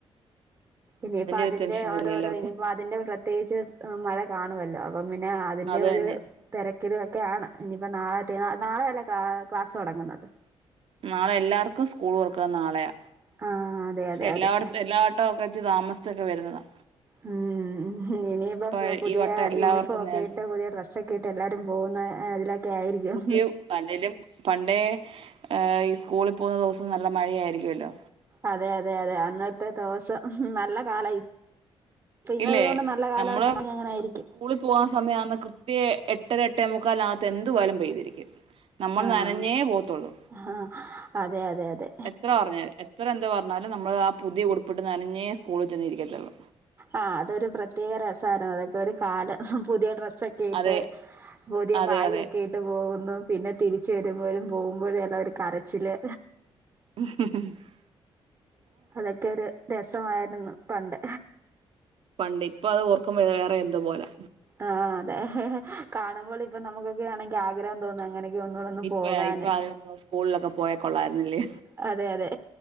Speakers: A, on the right; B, on the right.
A: ഇനിയിപ്പ അതിന്റെ
B: ഒരു ടെൻഷനല്ലേ
A: ഓരോരോ
B: എല്ലാവർക്കും
A: ഇനിയിപ്പം അ ഇതിന്റെ പ്രത്യേയിച്ച് ഏഹ് മഴ കാണുവല്ലോ അപ്പം പിന്നെ അതിന്റെ
B: അത്
A: ഒരു
B: തന്നെ
A: തെരക്കില് ഒക്കെയാണ് ഇനിപ്പ നാളത്തെ നാളെയല്ലെ ക്ലാ ക്ലാസൊടങ്ങുന്നത്
B: നാളെ എല്ലാട്ക്കും സ്കൂള് തൊറക്ക നാളെയാ
A: ആഹ് അതെ
B: പക്ഷെ
A: അതെ
B: എല്ലാട്ത്
A: അതെ
B: എല്ലാട്ടവൊക്കെ വെച്ച് താമസിച്ചൊക്കെ വരുന്നതാ
A: ഉം ഇനിയിപ്പം
B: ഇപ്പൊ
A: പുതിയ
B: ഈ വട്ടം എല്ലാവർക്കും
A: യൂണിഫോം ഒക്കെ
B: നേരത്തെ
A: ഇട്ട് പുതിയ ഡ്രസ്സൊക്കെ ഇട് ട്ട് എല്ലാരും പോകുന്ന ഇതിലൊക്കെ ആയിരിക്കും
B: പുതിയ അല്ലേലും പണ്ടേ ഹ് ഈ സ്കൂളിൽ പോകുന്ന ദിവസം നല്ല മഴയായിരിക്കുവല്ലോ.
A: അതെ അതെ അതെ അന്നത്തെ ദവോസ് പ്പൊ നല്ല കാലായി പെയ്യുന്നതുകൊണ്ട്
B: ഇല്ലേ
A: നല്ല കാലാവസ്ഥ
B: നമ്മള്
A: അങ്ങനെ ആയിരിക്ക്യും
B: സ്കൂളിൽ പോവാൻ സമയാമ്പം കൃത്യ എട്ടര എട്ടേ മുക്കാലിനകത്ത് എന്ത് വായ്ലും പെയ്തിരിക്കും. നമ്മൾ
A: ആഹ്
B: നനഞ്ഞേ പോവത്തുള്ളു.
A: ആഹ് അതെ അതെ അതെ
B: എത്ര പറഞ്ഞാലും എത്ര എന്താ പറഞ്ഞാലും നമ്മൾ ആ പുതിയ ഉടുപ്പിട്ട് നനഞ്ഞേ സ്കൂളിൽ ചെന്നിരിക്കത്തള്ളൂ.
A: ആ അതൊരു പ്രത്യേക രസയിരുന്നു. അതൊക്കെ ഒരു കാലം. പുതിയ ഡ്രസ്ക്കെ കേട്ട്
B: അതെ
A: പുതിയ
B: അതെ
A: ബാഗ്ക്കെയ്
B: അതെ
A: ട്ട് പോകുന്നു. പിന്നെ തിരിച്ച് വരുമ്പോഴും പോകുമ്പോഴും എല്ല ഒരു കരച്ചില്.
B: ഉ <inaudible>
A: അതൊക്കെ ഒരു രസമായിരുന്നു പണ്ട്.
B: പണ്ട് ഇപ്പൊ അത് ഓർക്കുമ്പോ വേറെ എന്തൊ പോലെ
A: ആ അതെ കാണുമ്പോൾ ഇപ്പൊ നമുക്കൊക്കെ ആണെങ്കി ആഗ്രഹം തോന്നു അങ്ങനെക് ക്കെ ഒന്നൂടെ ഒന്ന്
B: ഇപ്പ
A: പോകാന്.
B: ഇപ്പ ആഗ്രഹം സ്കൂളിലൊക്കെ പോയ കൊള്ളായിരുന്നില്ലേ.
A: ആ അതെ അതെ